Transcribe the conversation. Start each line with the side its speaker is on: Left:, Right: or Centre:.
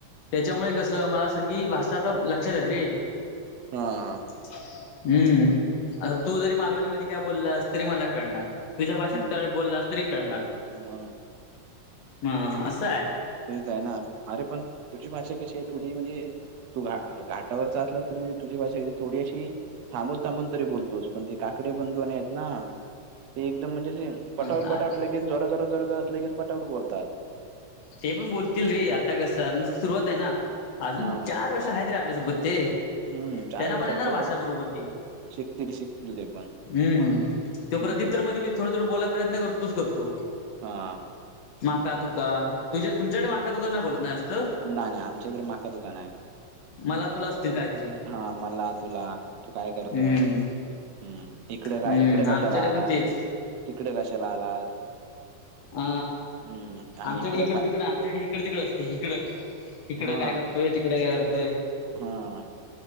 Left: त्याच्यामुळे कसं, मला सगळी भाषा आता लक्षात येत रे.
Right: हा.
Left: हम्म. आता तू जरी मालवणी मध्ये काय बोललास. तरी मला कळणार. तुझ्या भाषेत
Right: हम्म
Left: तळ बोललास तरी कळणार.
Right: मग
Left: म असंय.
Right: तेच आहे ना. अरे पण तुझी भाषा कशी आहे. थोडी म्हणजे तू घा घाटावरचा असलास. तरी म्हणजे तुझी भाषी थोडी अशी थांबून थांबून तरी बोलतोस. पण ते काकडे बंधूने आहेत ना ते एकदम म्हणजेे पटापट
Left: हा
Right: पटापट लगेच जरा जोरा जोरात. लगेच पटापट बोलतात.
Left: ते पण बोलतील रे. आता कसं, नुस सुरुवाते ना. अजून
Right: हा
Left: चार वर्ष आहेत रे आपल्यासोबत ते.
Right: हम्म चार
Left: त्यांना
Right: वर्षात
Left: पण येणार
Right: तो
Left: भाषा बरोबर ती.
Right: शिकतील शिकतील ते पण
Left: हम्म. तो प्रदीप्
Right: हम्म
Left: तर मधी मधी थोडं थोंड बोलायचा, प्रयत्न करतोच करतो.
Right: हा.
Left: माका तुका. तुझ तुमच्याकडे माका तु नाही बोलत ना. जा
Right: नाय नाय आमच्या इकडे माखं तुका नाय.
Left: मला तुला असतील काहीतरी
Right: हा मला, तुला, तू काय
Left: हम्म
Right: करतोय. हम्म. इकडे
Left: हम्म
Right: काय इकडे
Left: आमच्याकडे
Right: कशाला आलास.
Left: पण तेच
Right: तिकड कशाला आलास.
Left: अ
Right: हम्म आणि
Left: आमच्याकडे
Right: इकडं
Left: इकड
Right: खा
Left: तिकडं आमच्याक इिकड तिकड असते इकडं. इकडं
Right: हा
Left: काय करतोय. तिकड काय करतोय.
Right: हा.